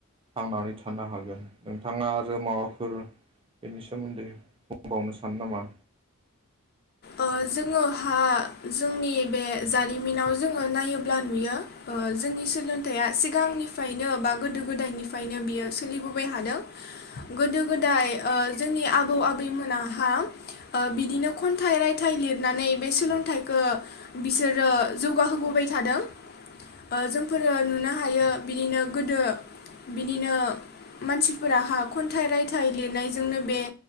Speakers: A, on the right; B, on the left.
A: थांनानै थानो हागोन। नोंथाङा आरो माबाफोर बेनि सोमोन्दै बुंबावनो सानो नामा?
B: ओ जोङोहा जोंनि बे जारिमिनाव जोङो नायोब्ला नुयो ओ जोंनि सोलोंथाइया सिगांनिफायनो बा गोदो गोदायनिफायनो बियो सोलिबोबाय हादों। गोदो गोदाय ओ जोंनि आबौ आबैमोनाहा ओ बिदिनो खन थाइ रायथाइ लिरनानै बे सोलोंथाइखो बिसोरो जौगाहोबोबाय थादों। ओ जोंफोरो नुनो हायो बिदिनो गोदो बिनिनो मानसिफोराहा खन्थाइ रायथाइ लिरनायजोंनो बे